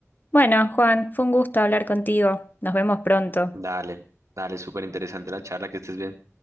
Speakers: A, on the left; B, on the right.
A: Bueno, Juan, fue un gusto hablar contigo. Nos vemos pronto.
B: Dale, dale, súper interesante la charla, que estés bien.